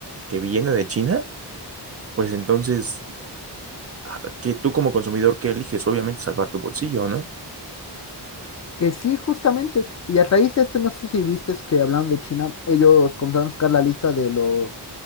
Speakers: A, on the right; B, on the left.
A: que viene de China, pues entonces, ¿a ¿qué tú como consumidor qué eliges? Obviamente salvar tu bolsillo, ¿no?
B: Que sí, justamente. Y a raíz de esto, no sé si viste que hablando de China, ellos comenzaron a sacar la lista de los